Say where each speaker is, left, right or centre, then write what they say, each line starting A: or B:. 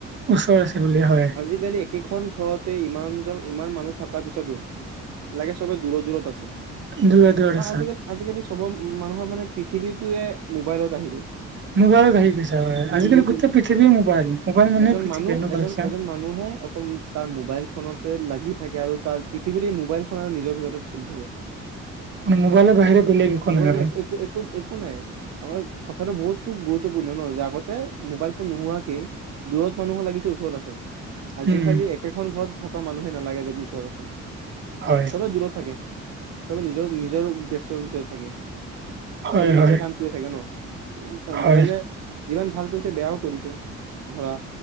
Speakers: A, on the right (about 40°); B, on the right (about 60°).
A: ওচৰত আছে বুলি হয়।
B: আজিকালি একেখন ঘৰতে ইমানজন ইমান মানুহ থকাৰ পিছতো। লাগে চবে দূৰত দূৰত আছে।
A: দূৰত দূৰত
B: কাৰন
A: আছা
B: আজিকালি আজিকালি চবৰ মানুহৰ মানে পৃথিৱীটোৱে মোবাইলত আহি গ'ল।
A: মোবাইলত আহি গৈছে হয়, আজিকালি
B: নি
A: গোটেই পৃথিৱী মোবাইল, মোবাইল মনেই
B: এজন
A: পৃথিৱী
B: মানুহ
A: এনেকুৱা
B: এজন
A: হৈছে।
B: এজন মানুহে অকল তাৰ মোবাইল খনতে লাগি থাকে আৰু তাৰ পৃথিৱীতে মোবাইল খন আৰু নিজৰ ভিতৰতে চলি থাকে।
A: মানে মোবাইলৰ বাহিৰে বেলেগ একো
B: নহয়
A: নাই আৰু
B: বা একো এ কো একো নাই আমাৰ কথাটো বহুতো গুৰুত্বপূৰ্ণ ন' যে আগতে মোবাইল ফোন নোহোৱাকেই, দূৰত মানুহো লাগিছে ওচৰত আছে, আজিকালি
A: উম
B: একে খন ঘৰত থকা মানুহে নালাগে যে ওচৰত আছে,
A: হয়
B: চবে দূৰত থাকে। চবে নিজৰ নিজৰ ব্যস্ত ভিতৰত থাকে,
A: হয়
B: চবে নিজে
A: হয়
B: কাম কৰি থাকে ন'। সেনেকুৱাই
A: হয়
B: মোবাইলে যিমান ভাল কৰিছে বেয়াও কৰিছে, ধৰা